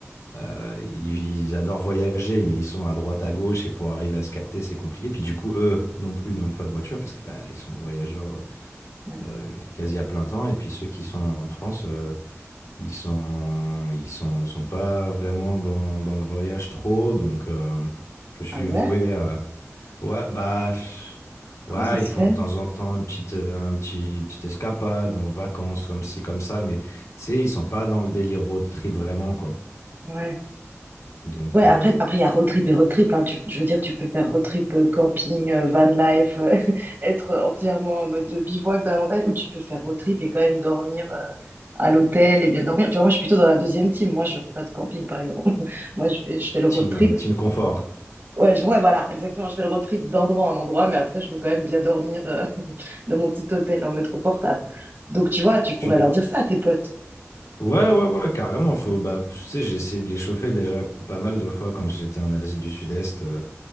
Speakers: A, on the left; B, on the right.
A: euh, ils, ils adorent voyager, mais ils sont à droite, à gauche et pour arriver à se capter, c'est compliqué. Puis du coup, eux non plus n'ont pas de voiture parce que bah, ils sont voyageurs
B: ouais.
A: euh, euh, quasi à plein temps. Et puis ceux qui sont en France, euh, ils sont, ils sont, ils sont pas vraiment dans, dans le voyage trop, donc euh, je suis
B: Ah ouais?
A: voué à. Ouais, bah, pff,
B: Comment
A: ouais,
B: ça se
A: ils font
B: fait?
A: de temps en temps une petite, euh, un petit, une petite escapade en vacances, comme ci, comme ça, mais tu sais, ils sont pas dans le délire road trip vraiment, quoi.
B: ouais.
A: Donc,
B: Ouais, après,
A: euh,
B: après, il y a road trip et road trip, hein. Tu- je veux dire, tu peux faire road trip, euh, camping, euh, van life, euh, <laughs> être entièrement en mode bivouac dans la montagne, ou tu peux faire road trip et quand même dormir, euh, à l'hôtel et bien dormir. Tu vois, moi, je suis plutôt dans la deuxième team. Moi, je fais pas de camping, par exemple. <laughs> Moi, je fais, je fais le road
A: team,
B: trip.
A: euh, team confort.
B: Ouais, je vois, voilà, exactement. Je fais le road trip d'endroit en endroit, mais après, je veux quand même bien dormir, euh, <laughs> dans mon petit hôtel en mode confortable. Donc, tu vois, tu pourrais
A: Tu...
B: leur dire ça à tes potes.
A: Ouais, ouais, ouais, carrément. Faut, bah, tu sais, j'ai essayé de les chauffer déjà pas mal de fois quand j'étais en Asie du Sud-Est. euh,